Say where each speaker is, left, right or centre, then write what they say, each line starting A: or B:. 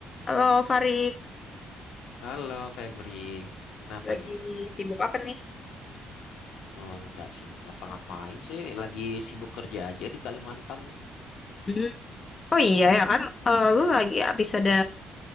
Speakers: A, on the left; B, on the left.
A: Halo Fari,
B: Halo Febri, kenapa
A: lagi
B: nih?
A: sibuk apa nih?
B: Oh, nggak sibuk ngapa-ngapain sih, lagi sibuk kerja aja di Kalimantan nih.
A: Hmm. Oh iya ya kan, Eh, lu lagi habis ada